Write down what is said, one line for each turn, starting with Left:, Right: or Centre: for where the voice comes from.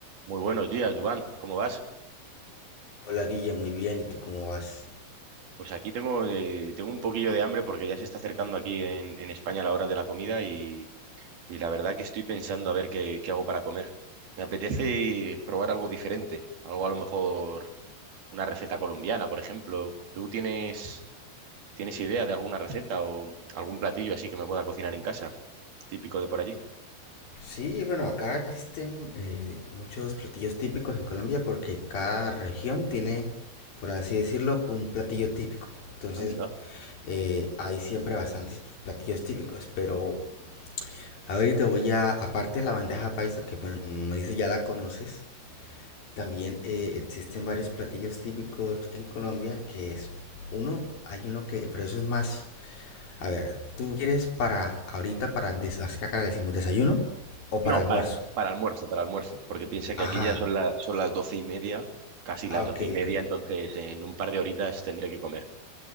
Right: Muy buenos días, Dubán. ¿Cómo vas?
Left: Hola Guille, muy bien, ¿y tú cómo vas?
Right: Pues aquí tengo, eh, tengo un poquillo de hambre porque ya se está acercando aquí en, en España la hora de la comida y, y la verdad que estoy pensando a ver qué, qué hago para comer. Me apetece probar algo diferente, algo a lo mejor una receta colombiana, por ejemplo. ¿Tú tienes, tienes idea de alguna receta o algún platillo así que me pueda cocinar en casa, típico de por allí?
Left: Sí, bueno, acá existen eh, muchos platillos típicos en Colombia porque cada región tiene, por así decirlo, un platillo típico. Entonces,
Right: Anda.
Left: eh, hay siempre bastantes platillos típicos, pero a ver, te voy a, aparte de la bandeja paisa, que bueno, como me dice ya la conoces, también eh, existen varios platillos típicos en Colombia, que es uno, hay uno que, pero eso es más A ver, ¿tú quieres para ahorita para des- acá acá le decimos desayuno o para
Right: No,
Left: almuerzo?
Right: para, para almuerzo, para almuerzo, porque piensa que
Left: Ajá.
Right: aquí ya son, la- son las doce y media, casi las
Left: Ah, ok,
Right: doce y media,
Left: ok.
Right: entonces en un par de horitas tendré que comer.